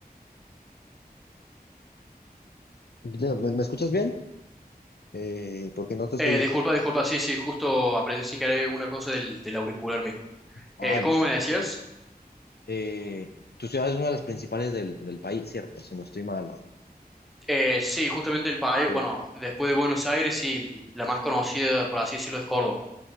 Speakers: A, on the left; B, in the centre.
A: Ya, ¿Me, me escuchas bien? Eh, porque no te estoy...
B: eh, disculpa, disculpa, sí, sí, justo aprendí sin querer una cosa del, del auricular mío
A: Ah,
B: Eh,
A: listo.
B: ¿cómo me
A: no,
B: decías?
A: tranquilo. Eh, tu ciudad es una de las principales del, del país, ¿cierto? Si no estoy mal.
B: Eh, sí, justamente el país,
A: Sí,
B: bueno, después de Buenos Aires, sí, la más conocida, por así decirlo, es Córdoba.